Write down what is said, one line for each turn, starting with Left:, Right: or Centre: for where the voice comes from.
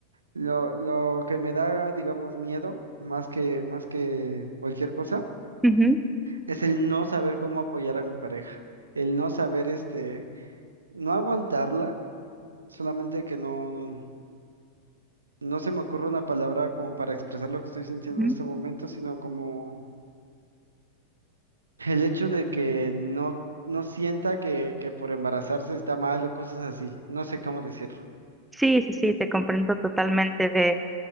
Right: Lo, lo que me da, digamos, miedo, más que, más que cualquier cosa,
Centre: ujú,
Right: es el no saber cómo apoyar a mi pareja, el no saber, este, no aguantarla, solamente que no, no se me ocurre una palabra como para expresar lo que estoy sintiendo
Centre: ujú.
Right: en este momento, sino como El hecho de que no, no sienta que, que por embarazarse está mal o cosas así. No sé cómo decirlo.
Centre: Sí, sí, sí, te comprendo totalmente de